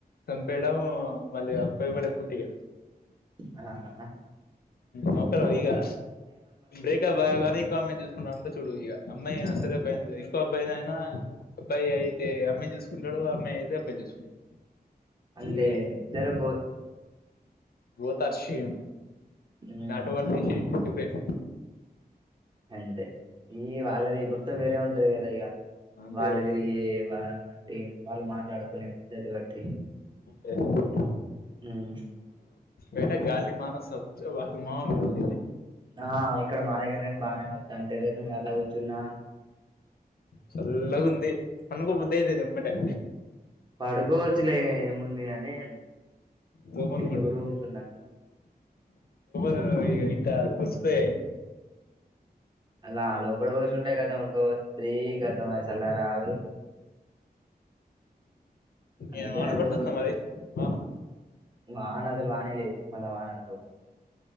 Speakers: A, on the left; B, on the right.
A: చంపేయడం మళ్ళీ అబ్బాయ పడే పుట్టి
B: అలా అంటారా
A: నౌకరు అయ్యా బ్రేకప్ అ కానీ ఇంకా అమ్ము చూసుకుంటా అంటే చూడు ఇక అమ్మాయినా సరే అబ్బాయి అయినా ఇంకో అబ్బాయి అయినా అబ్బాయి అయితే అమ్మాయి చూసుకుంటాడు అమ్మాయి అయితే అబ్బాయి చూసుకుంటాడు
B: అంతేలే
A: ఈ
B: ఇద్దరు బో
A: both are same
B: um,
A: not only he depend
B: అంతే ఈ వాళ్ళది మొత్తం వేరే ఉంటది కదా ఇక
A: అంతే
B: వాళ్ళు తిరిగే వారం బట్టి వాళ్ళు మాట్లాడుకునే పద్ధతి బట్టి
A: ఏ
B: హ్మ్
A: ఏట గాలి మన సొత్త వాళ్ళు మామూలోళ్ళు
B: ఆ ఇక్కడ మా దగ్గరని బాగానే వచ్చా అంటే టెరెస్ ఎట్లా కూర్చున్నా
A: చల్లగు ఉంది పనుకోబుద్దాయితది ఎంబటే
B: పడుకోవచ్చులే ఏముంది కాని
A: దోమలు
B: ఎంత గురువుం సన్నాక
A: ర ఇత కుస్తుతయి
B: అలా లోడ కూర్చుంటాయి గతం ఉడకపోతుది గతం అ సల రాదు అందుకనే
A: అ వాన పడుతుందా
B: రోజు
A: మరి వాన
B: వాన అసలు వానేలేదు మళ్ళీ వాన అంటావు